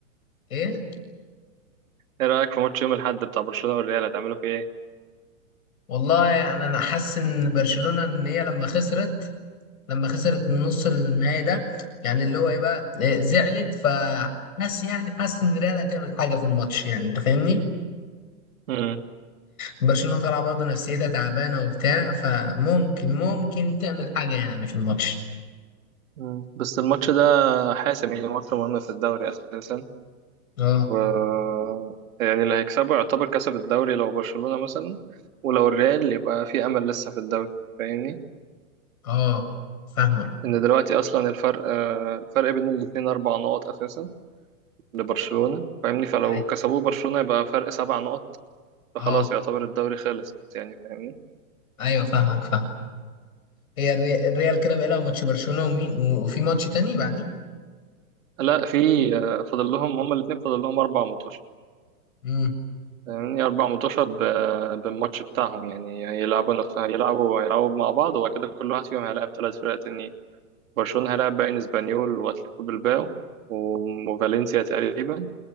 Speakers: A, on the left (about 70°); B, on the right (about 65°).
A: ايه
B: ايه رأيك في ماتش يوم الأحد بتاع برشلونة والريال هتعملوا فيه ايه
A: والله يعني انا حاسس ان برشلونة ان هي لما خسرت لما خسرت النص النهائي ده يعني اللي هو ايه بقى إيه، زعلت فحاسس يعني حاسس ان ريال هتعمل حاجة في الماتش يعني انت فاهمني
B: م-
A: برشلونة طالعة برضه نفسيتها تعبانة وبتاع فممكن ممكن تعمل حاجة يعني في الماتش
B: م. بس الماتش ده حاسم يعني ماتش مهم في الدوري أساسا
A: اه
B: و يعني اللي هيكسبه يعتبر كسب الدوري لو برشلونة مثلا ولو الريال يبقى في أمل لسه في الدوري فاهمني
A: اه فاهمك
B: ان دلوقتي اصلا الفرق آه، الفرق بين الاتنين اربع نقط اساسا لبرشلونة فاهمني فلو
A: أي-
B: كسبوه برشلونة يبقى فرق سبع نقط فخلاص
A: اه
B: يعتبر الدوري خلص يعني فاهمني
A: ايوه فاهمك فاهم هي الري- الريال كده بقى لها ماتش برشلونة ومين و- وفي ماتش تاني بعدين
B: لا في آه، فاضل لهم هما الاتنين فاضل لهم اربع ماتشات
A: امم
B: فاهمني اربع ماتشات ب- بالماتش بتاعهم يعني هيلعبوا نف- هيلعبوا هيلعبوا مع بعض وبعد كده كل واحد فيهم هيلاعب ثلاث فرق تانيين برشلونة هيلاعب باين اسبانيول واتلتيكو بلباو و- وفالنسيا تقريبا